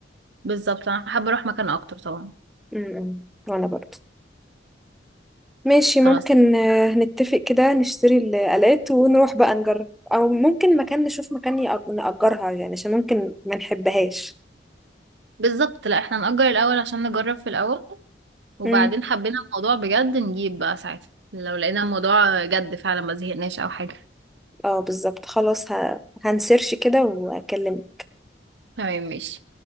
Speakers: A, on the right (about 70°); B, in the centre.
A: بالظبط انا حابه اروح مكان اكتر طبعا
B: امم وانا برضو ماشي ممكن
A: خلاص
B: آه، نتفق كده نشتري الآلات ونروح بقى نجرب او ممكن مكان نشوف مكان يأج- نأجرها يعني عشان ممكن ما نحبهاش
A: بالظبط لا احنا نأجر الاول عشان نجرب في الاول وبعدين
B: امم
A: حبينا الموضوع بجد نجيب بقى ساعتها لو لقينا الموضوع جد فعلا ما زهقناش او حاجه
B: اه بالظبط خلاص ه... هنسيرش كده واكلمك
A: تمام ماشي